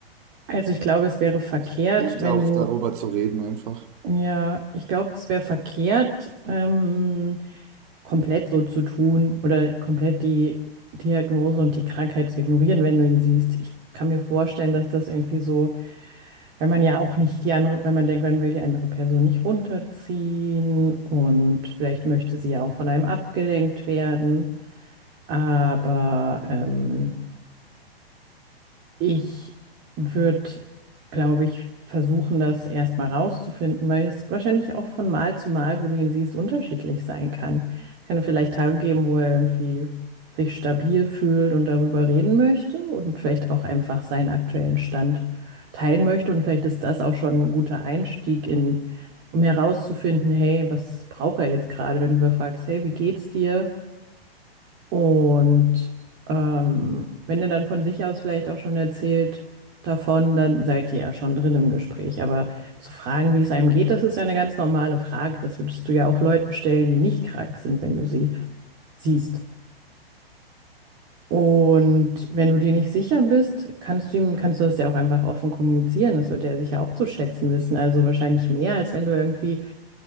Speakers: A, on the right; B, on the right.
A: Also ich glaube, es wäre verkehrt,
B: Es hilft
A: wenn
B: ja auch
A: du,
B: darüber zu reden einfach.
A: ja, ich glaube, es wäre verkehrt, ähm, komplett so zu tun oder komplett die Diagnose und die Krankheit zu ignorieren, wenn du ihn siehst. Ich kann mir vorstellen, dass das irgendwie so, weil man ja auch nicht die andere, wenn man denkt, man will die andere Person nicht runterziehen und vielleicht möchte sie ja auch von einem abgelenkt werden. Aber ähm, ich würde, glaube ich, versuchen, das erstmal rauszufinden, weil es wahrscheinlich auch von Mal zu Mal, wo du ihn siehst, unterschiedlich sein kann. Es Kann vielleicht Tage geben, wo er irgendwie sich stabil fühlt und darüber reden möchte und vielleicht auch einfach seinen aktuellen Stand teilen möchte. Und vielleicht ist das auch schon ein guter Einstieg in, um herauszufinden, hey, was braucht er jetzt gerade, wenn du überfragst, hey, wie geht's dir? Und ähm, wenn ihr dann von sich aus vielleicht auch schon erzählt davon, dann seid ihr ja schon drin im Gespräch. Aber zu fragen, wie es einem geht, das ist ja eine ganz normale Frage. Das würdest du ja auch Leuten stellen, die nicht krank sind, wenn du sie siehst. Und wenn du dir nicht sicher bist, kannst du ihm, kannst du das ja auch einfach offen kommunizieren. Das wird er sicher auch zu schätzen wissen. Also wahrscheinlich mehr, als wenn du irgendwie